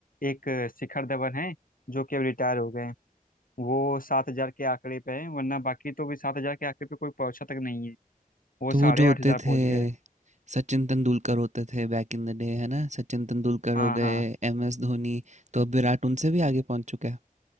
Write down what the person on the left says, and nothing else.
एक शिखर धवन है जो कि अब रिटायर हो गए हैं वो सात हजार के आंकड़े पे हैं वरना बाकी तो भी सात हजार के आंकड़े पे कोई पहुंचा तक नहीं है वो
साढ़े
आठ हजार पहुंच
गए
हाँ
हाँ